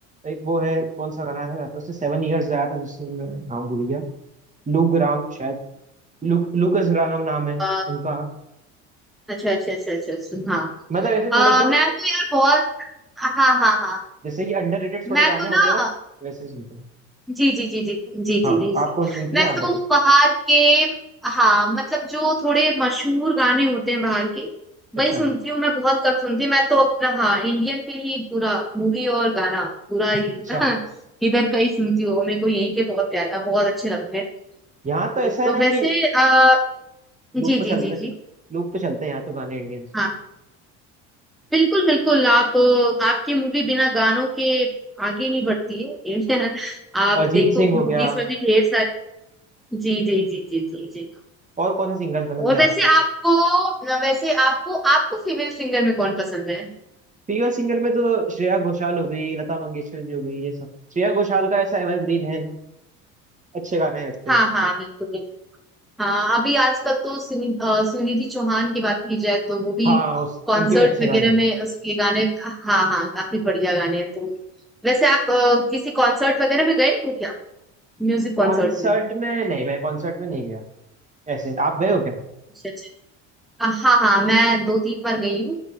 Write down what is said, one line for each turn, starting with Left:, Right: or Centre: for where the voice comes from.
Right: एक वो है कौन सा गाना है तो उससे सेवन इयर्स आया था जिससे मैं नाम भूल गया लू ग्राम शायद लू लूकस ग्राम नाम है
Centre: अ,
Right: उनका
Centre: अच्छा अच्छा अच्छा अच्छा अच्छा हाँ
Right: मतलब ऐसे
Centre: अ,
Right: थोड़े जो
Centre: मैं तो यार बहुत हाँ हाँ हाँ हाँ।
Right: जैसे कि अंडररेटेड थोड़े
Centre: मैं
Right: गाने
Centre: तो
Right: होते
Centre: ना
Right: हैं ना वैसे सुनते हैं
Centre: जी जी जी जी जी जी
Right: हाँ
Centre: जी जी
Right: आप कौन से सुनती
Centre: मैं
Right: हैं आप
Centre: तो
Right: बताइए
Centre: बाहर के हाँ मतलब जो थोड़े मशहूर गाने होते हैं बाहर के
Right: अच्छा
Centre: वही सुनती हूँ मैं बहुत कम सुनती हूँ मैं तो अपना हाँ इंडियन पे ही पूरा मूवी और गाना पूरा ही
Right: अच्छा
Centre: <laughs> इधर का ही सुनती हूँ और मेरे को यही के बहुत प्यारा बहुत अच्छे लगते हैं
Right: यहाँ
Centre: तो,
Right: तो ऐसा है
Centre: तो
Right: ना
Centre: वैसे
Right: कि
Centre: आ, जी
Right: लूप पे
Centre: जी
Right: चलते
Centre: जी
Right: हैं
Centre: जी
Right: लूप पे चलते हैं यहाँ तो गाने इंडियंस के
Centre: हाँ बिल्कुल बिल्कुल आप आपकी मूवी बिना गानों के आगे नहीं बढ़ती है <laughs> आप
Right: अरिजीत
Centre: देखो
Right: सिंह हो
Centre: मूवीज
Right: गया
Centre: में भी ढेर सारे जी जी जी जी जी जी
Right: और कौन से सिंगर्स पसंद
Centre: और
Right: है
Centre: वैसे
Right: आपको
Centre: आपको वैसे आपको आपको फीमेल सिंगर में कौन पसंद है
Right: फीमेल सिंगर में तो श्रेया घोषाल हो गई लता मंगेशकर जी हो गई ये सब श्रेया घोषाल का ऐसा एवरग्रीन है अच्छे गाने लगते
Centre: हाँ
Right: हैं
Centre: हाँ बिल्कुल बिल्कुल हाँ अभी आजकल तो सुनि, अ, सुनिधि चौहान की बात की जाए तो वो भी
Right: हाँ उस,
Centre: कॉन्सर्ट
Right: उनके भी अच्छे
Centre: वगैरह
Right: गाने
Centre: में उसके गाने हाँ हाँ काफी बढ़िया गाने हैं तो वैसे आप अ, किसी कॉन्सर्ट वगैरह में गए हो क्या म्यूजिक कॉन्सर्ट
Right: कॉन्सर्ट
Centre: में
Right: में नहीं मैं कॉन्सर्ट में नहीं गया ऐसे आप गए हो क्या
Centre: अच्छा अच्छा अ, हाँ हाँ मैं दो तीन बार गई हूँ